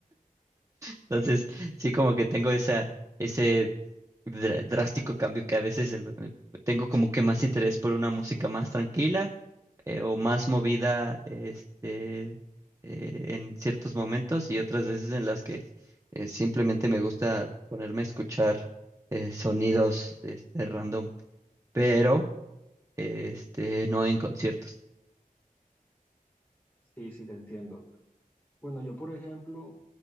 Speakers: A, on the right (about 20°); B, on the left (about 15°).
A: Entonces, sí como que tengo esa, ese dr- drástico cambio que a veces en lo- eh, tengo como que más interés por una música más tranquila eh, o más movida este, eh, en ciertos momentos y otras veces en las que eh, simplemente me gusta ponerme a escuchar eh, sonidos este, random, pero este, no en conciertos.
B: Sí, sí, te entiendo. Bueno, yo, por ejemplo,